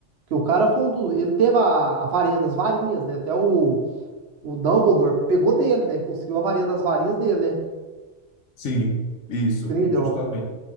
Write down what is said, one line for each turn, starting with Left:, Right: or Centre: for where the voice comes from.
Right: que o cara foi um dos. Ele teve a, a varinha das varinhas, né? Até o, o Dumbledore pegou dele, né? Conseguiu a varinha das varinhas dele, né?
Left: Sim, isso,
Right: Grindelwald.
Left: justamente.